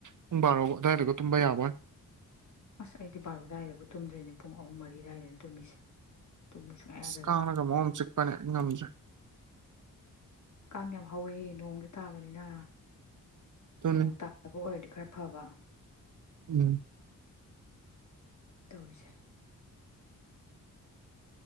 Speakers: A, on the right; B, on the left.
A: ꯄꯨꯡ ꯕꯥꯔꯣ ꯑꯗꯨꯋꯥꯏꯗꯒ ꯇꯨꯝꯕ ꯌꯥꯕꯣꯏ
B: ꯑꯁ ꯑꯩꯗꯤ ꯕꯥꯔꯨꯗꯥꯏꯗꯕꯨ ꯇꯨꯝꯗꯣꯏꯅꯦ ꯄꯨꯡ ꯑꯍꯨꯝ ꯃꯔꯤ ꯑꯗꯨꯏꯗꯅꯤ ꯇꯨꯝꯃꯤꯁꯦ ꯇꯨꯝꯕ ꯁꯨꯡꯌꯥ ꯌꯥꯗꯗꯅ
A: ꯀꯥꯅꯒ ꯃꯑꯣ ꯑꯃ ꯆꯤꯛꯄꯅꯦ ꯉꯝꯗ꯭ꯔꯦ
B: ꯀꯥꯡ ꯌꯥꯝ ꯍꯧꯋꯤ ꯅꯣꯡꯁꯨ ꯇꯥꯕꯅꯤꯅ
A: ꯑꯗꯨꯅꯤ
B: ꯅꯣꯪ ꯇꯥꯗꯕꯥ ꯑꯣꯏꯔꯗꯤ ꯈꯔꯥ ꯐꯕꯥ
A: ꯎꯝ
B: ꯇꯧꯔꯤꯁꯦ